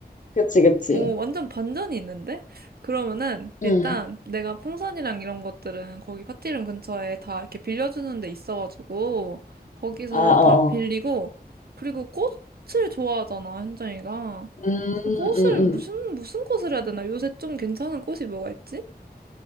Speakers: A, on the left; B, on the right.
A: 그치, 그치.
B: 오, 완전 반전이 있는데? 그러면은, 일단,
A: 음.
B: 내가 풍선이랑 이런 것들은 거기 파티룸 근처에 다 이렇게 빌려주는 데 있어가지고, 거기서
A: 아, 어,
B: 다 빌리고,
A: 어.
B: 그리고 꽃을 좋아하잖아, 현정이가.
A: 음, 음,
B: 그래서 꽃을,
A: 음.
B: 무슨, 무슨 꽃을 해야 되나? 요새 좀 괜찮은 꽃이 뭐가 있지?